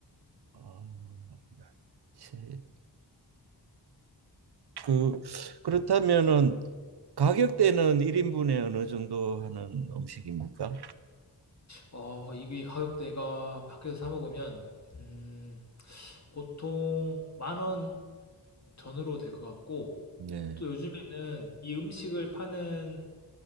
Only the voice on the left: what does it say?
어, 이게 가격대가 밖에서 사 먹으면 음, 보통 만 원 전으로 될 것 같고
또 요즘에는 이 음식을 파는